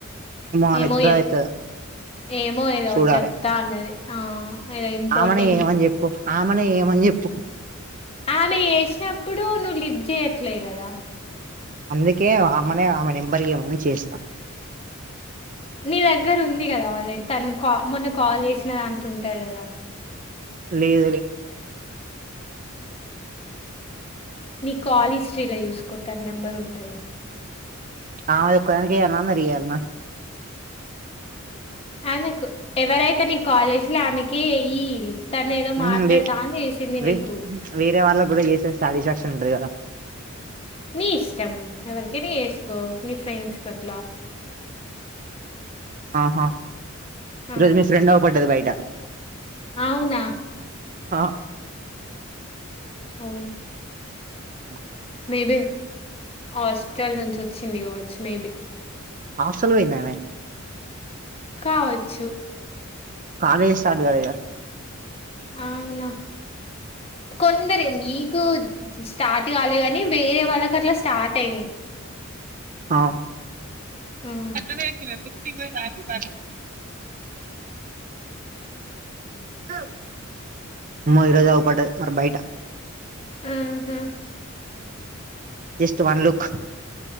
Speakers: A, on the right (about 40°); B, on the left (about 30°).
A: ఆమె
B: ఏమో
A: ఎత్తుతదో
B: ఇయప్
A: ఎత్తదో
B: ఏమో ఏదో
A: చూడాలి
B: చెప్తా అన్నది ఆ ఏదో ఇంపార్టెంట్
A: ఆమెనే చేయమని చెప్పు ఆమెనే చేయమని చెప్పు
B: ఆమె చేసినప్పుడు నువ్వు లిఫ్ చేయ్యట్లే కదా
A: అందుకే ఆమనే ఆమె నెంబర్ ఇయ్యమను చేస్తా
B: నీ దగ్గర ఉంది కదా ఆల్రెడీ తను కా మొన్న కాల్ చేసిన దాంట్లో ఉంటాది కదా
A: లేదు లే
B: నీ కాల్ హిస్టరీలో చూసుకో తన నెంబర్ ఉంటది
A: ఆమె ఒక్కదానికే చేయాలన మరి ఇయాలన
B: ఆమెకు ఎవరైతే నీ కాల్ చేసిర్లో ఆమెకే ఏయి తను ఏదో
A: ఉహు
B: మాట్లాడతా
A: వే
B: ఆని చేసింది
A: వే
B: నీకు
A: వేరే వాళ్ళకి కూడా చేసేస్త సాటిస్ఫాక్షన్ ఉంటది కదా
B: నీ ఇష్టం ఎవరికైన చేసుకో నీ ఫ్రెండ్స్ కి అట్లా
A: ఆహా
B: ఆ!
A: ఈ రోజు మీ ఫ్రెండ్ అగు పడ్డది బయట
B: అవునా
A: అ
B: ఓల్డ్
A: ఉ
B: మేబి హాస్టల్ నుంచి వచ్చింది కావచ్చు మేబి
A: హాస్టల్ పోయిందా ఆమె
B: కావచ్చు
A: కాలేజ్ స్టార్ట్ గా ఇగ
B: ఆవునా కొందరి నీకు స్టార్ట్ కాలే గాని వేరే వాళ్ళకు అట్లా స్టార్ట్ అయినాయి
A: ఆ
B: హ్మ్.
A: తిననే తినవి <inaudible> ఉమ ఈరోజ అగు పడ్డే మరి బయట
B: ఆహ
A: జస్ట్ వన్ లుక్